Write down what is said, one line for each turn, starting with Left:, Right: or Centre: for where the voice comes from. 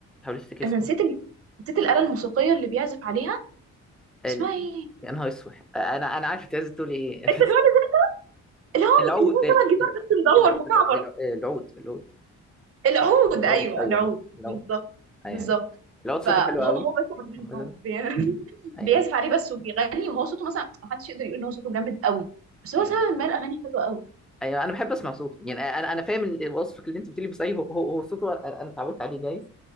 Centre: هوليستيك اسمه
Right: انا نسيت ال... نسيت الاله الموسيقيه اللي بيعزف عليها
Centre: ال...
Right: اسمها ايه
Centre: يا نهار اسود انا انا عارف انت عايز تقول ايه
Right: انت
Centre: <laughs>
Right: كمان اللي هو
Centre: العود
Right: اللي هو
Centre: ال...
Right: شبه الجيتار
Centre: ال-
Right: بس مدور
Centre: الع-
Right: مكعبر
Centre: الع- العود العود
Right: العود
Centre: العود
Right: ايوه
Centre: ايوه
Right: العود
Centre: العود
Right: بالظبط
Centre: ايوه
Right: بالظبط
Centre: العود صوته
Right: فهو
Centre: حلو قوي
Right: هو بس حرفيا
Centre: مثلا
Right: اه بي- <laughs>
Centre: ايوه
Right: بيعزف عليه بس وبيغني وهو صوته مثلا محدش يقدر يقول ان هو صوته جامد قوي بس هو
Centre: ايوه
Right: سبب ما الاغاني حلوه قوي
Centre: ايوه انا بحب اسمع صوته يعني انا انا فاهم ال- وصفك اللي انت بتقولي بس ايوه هو هو هو صوته انا أنا اتعودت عليه جايز